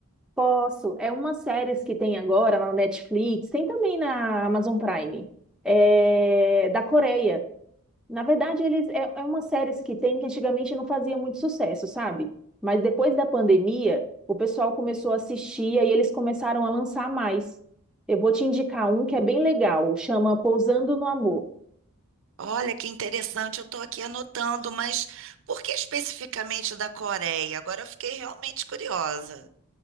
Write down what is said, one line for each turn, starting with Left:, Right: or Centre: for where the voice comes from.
Centre: Posso. É uma série que tem agora na Netflix, tem também na Amazon Prime, é da Coreia. Na verdade, eles é, é uma série que tem que antigamente não fazia muito sucesso, sabe? Mas depois da pandemia, o pessoal começou a assistir e eles começaram a lançar mais. Eu vou te indicar um que é bem legal, chama Pousando no Amor.
Right: Olha que interessante, eu estou aqui anotando, mas por que especificamente da Coreia? Agora eu fiquei realmente curiosa.